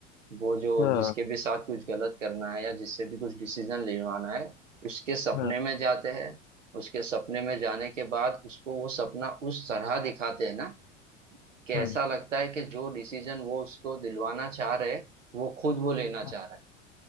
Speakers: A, on the right; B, on the left.
A: वो जो
B: अच्छा
A: जिसके भी साथ कुछ गलत करना है या जिससे भी कुछ डिसीजन लेवाना है उसके सपने
B: हाँ
A: में जाते हैं उसके सपने में जाने के बाद उसको वो सपना उस तरह दिखाते हैं ना कि ऐसा
B: हाँ
A: लगता है कि जो डिसीजन वो उसको दिलवाना चाह रहे हैं, वो खुद वो लेना चाह
B: हाँ।
A: रहा है